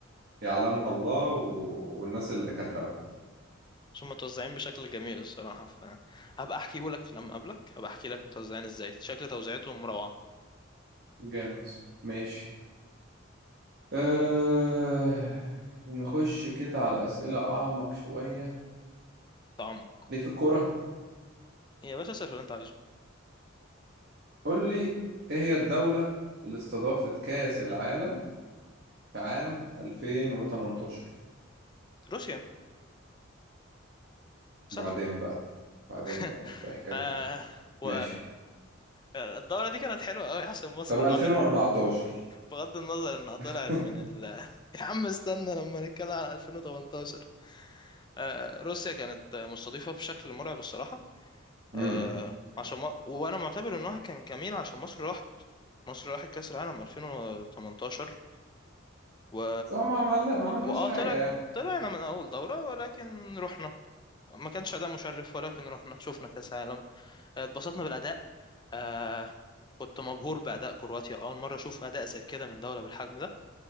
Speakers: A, on the right (about 55°); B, on the left (about 20°).
A: يعلمها الله و... والناس الدكاترة بقى
B: هم متوزعين بشكل جميل الصراحة فهبقى احكيهولك لما اقابلك هبقى احكي لك متوزعين ازاي شكل توزيعتهم روعة
A: جامد ماشي أه... نخش كده على أسئلة أعمق شوية
B: تعمق
A: ليك في الكورة
B: يا باشا صرف اللي انت عايزه
A: قول لي ايه هي الدولة اللي استضافت كأس العالم في عام 2018
B: روسيا سهل
A: بعدين بقى بعدين
B: <laughs>
A: بقى ايه حكايتك
B: آه و
A: ماشي
B: آه، الدورة دي كانت حلوة أوي عشان مصر
A: طب 2014
B: راحت بغض النظر إنها طلعت
A: <laughs>
B: من ال <laughs> يا عم استنى لما نتكلم على 2018 آه روسيا كانت مستضيفة بشكل مرعب الصراحة آه
A: امم
B: عشان ما... وأنا معتبر إنها كان جميل عشان مصر راحت مصر راحت كأس العالم 2018 و...
A: صح ما عملنا ما عملناش
B: وآه
A: حاجة
B: طلعت
A: يعني
B: طلعنا من أول دورة ولكن رحنا ما كانش أداء مشرف ولكن رحنا شفنا كأس عالم اتبسطنا بالأداء آه كنت مبهور بأداء كرواتيا أول مرة أشوف أداء زي كده من دولة بالحجم ده